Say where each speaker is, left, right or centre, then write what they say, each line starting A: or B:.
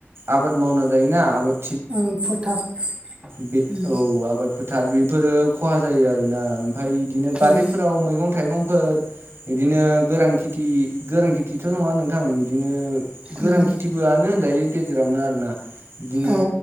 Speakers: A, on the right (about 70°); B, on the right (about 25°).
A: आबाद मावना जायोना आबाद
B: ओ फोथार
A: बे
B: उम
A: औ आबाद फोथार बेफोरो खहा जायो आरोना ओमफाय इदिनो बारिफोराव
B: उम
A: मैगं थाइगंफोर बिदिनो गोरान खेथि गोरान खेथिथ' नङा नोंथां बिदिनो गोरान
B: उम
A: खिथिबोआनो होनजायो गेजेरावनो आरोना बिदिनो
B: औ